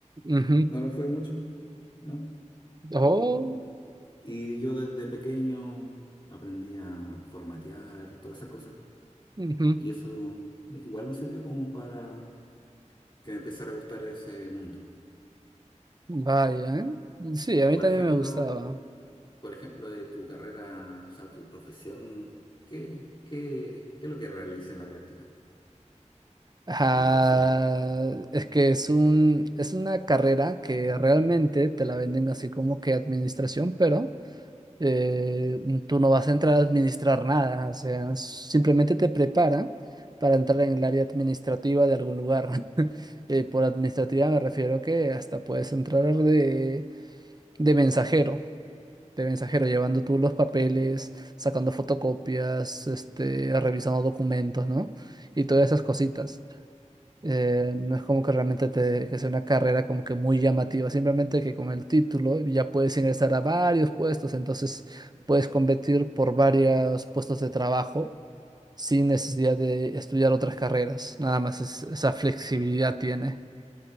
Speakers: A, on the right; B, on the left.
A: Ujú.
B: no lo fue mucho, ¿no? Y,
A: Oh,
B: y yo desde pequeño aprendí a formatear y todas esas cosas.
A: ujú.
B: Y eso me- igual me sirvió como para que me empezara a gustar ese mundo.
A: Vaya, ¿eh? Sí,
B: Y
A: a mí
B: por
A: también
B: ejemplo,
A: me gustaba.
B: por ejemplo, de tu carrera, o sea, tu profesión, ¿qué, qué, qué es lo que realiza en la práctica?
A: Ah,
B: Administración.
A: es que es un, es una carrera que realmente te la venden así como que administración, pero eh, tú no vas a entrar a administrar nada, o sea, simplemente te preparan para entrar en el área administrativa de algún lugar. <laughs> Eh, por administrativa me refiero que hasta puedes entrar de De mensajero, de mensajero, llevando tú los papeles, sacando fotocopias, este, revisando documentos, ¿no? Y todas esas cositas. Eh, no es como que realmente te, que sea una carrera como que muy llamativa, simplemente que con el título ya puedes ingresar a varios puestos, entonces puedes competir por varios puestos de trabajo sin necesidad de estudiar otras carreras. Nada más es- esa flexibilidad tiene.